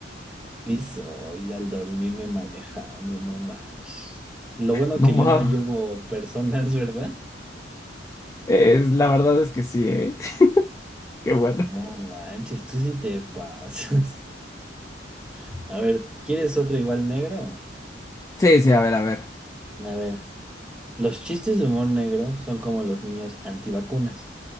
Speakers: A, in the centre; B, on the left (about 15°).
A: Sí soy, al dormirme manejando, no manches. Lo bueno
B: No
A: que
B: más.
A: yo no llevo personas, ¿verdad?
B: la verdad es que sí, ¿eh? <laughs> Qué bueno.
A: No manches, tú sí te pasas. <laughs> A ver, ¿quieres otro igual negro?
B: Sí, sí, a ver, a ver.
A: A ver. Los chistes de humor negro son como los niños antivacunas.